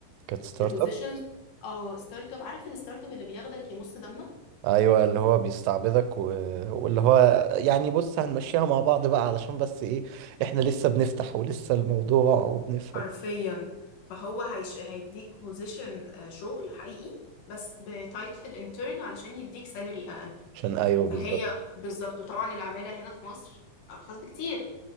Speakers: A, on the right (about 85°); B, on the left (about 70°).
A: كانت ستارت
B: لبوزيشنز
A: اب
B: اه ستارت اب عارف الستارت اب اللي بياخدك يمص دمك
A: ايوه اللي هو بيستعبدك و... واللي هو يعني بص هنمشيها مع بعض بقى علشان بس ايه احنا لسه بنفتح ولسه الموضوع وبنفهم
B: حرفيا فهو هيش... هيديك بوزيشن شغل حقيقي بس بتايتل انترن علشان يديك سالري اقل
A: عشان ايوه
B: فهي
A: بالظبط
B: بالظبط وطبعا العمالة هنا في مصر أرخص بكتير